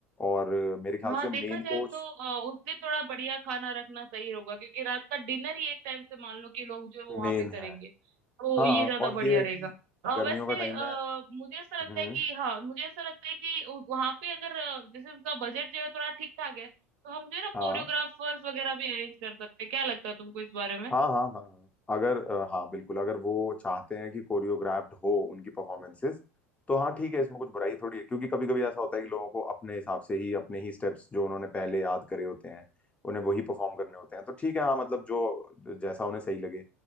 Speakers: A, on the left; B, on the right.
A: और अ, मेरे ख्याल
B: हाँ
A: से मेन
B: देखा जाए
A: कोर्स
B: तो अ, उस दिन थोड़ा बढ़िया खाना रखना सही होगा क्योंकि रात का डिनर ही एक टाइम से मान लो कि लोग जो है वो वहां
A: मेन
B: पे करेंगे
A: है
B: तो
A: हाँ
B: ये ज्यादा
A: और
B: बढ़िया
A: ये है
B: रहेगा
A: कि
B: अ,
A: गर्मियों
B: वैसे
A: का टाइम
B: आ,
A: है
B: मुझे ऐसा
A: हम्म
B: लगता है कि हाँ मुझे ऐसा लगता है कि वहां पे अगर अ, जैसे उनका बजट जो है थोड़ा ठीक ठाक है तो हम जो है ना
A: हाँ
B: कोरियोग्राफर्स वगैरह भी अरेंज कर सकते हैं क्या लगता है तुमको इस बारे में
A: हाँ हाँ हाँ हाँ। अगर अ, हाँ बिल्कुल अगर वो चाहते हैं कि कोरियोग्राफ्ड हो उनकी परफॉर्मेंसेस तो हाँ ठीक है इसमें कुछ बुराई थोड़ी है क्योंकि कभी कभी ऐसा होता है कि लोगों को अपने हिसाब से ही अपने ही स्टेप्स जो उन्होंने पहले याद करे होते हैं उन्हें वही परफॉर्म करने होते हैं तो ठीक है हाँ मतलब जो जैसा उन्हें सही लगे